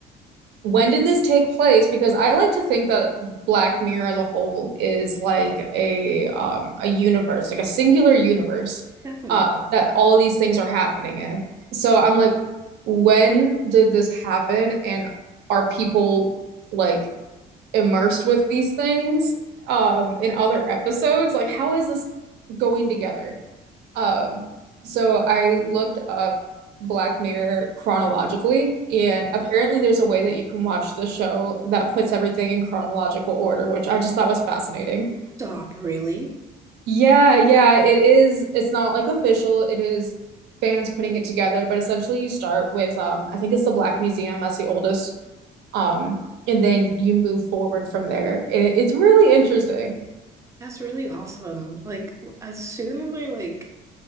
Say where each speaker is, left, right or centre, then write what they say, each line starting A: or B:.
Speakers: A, on the right; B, on the right.
A: When did this take place? Because I like to think that Black Mirror as a whole is like a um a universe, like a singular universe,
B: definitely
A: uh, that all these things are happening in. So I'm like, when did this happen? And are people like immersed with these things um in other episodes? Like, how is this going together? Um, so I looked up Black Mirror chronologically, and apparently there's a way that you can watch the show that puts everything in chronological order, which I just thought was fascinating.
B: stop, really.
A: Yeah, yeah, it is. It's not like official, it is fans putting it together, but essentially you start with um I think it's the Black Museum, that's the oldest. Um, and then you move forward from there. It, it's really interesting.
B: That's really awesome. Like as soon as I like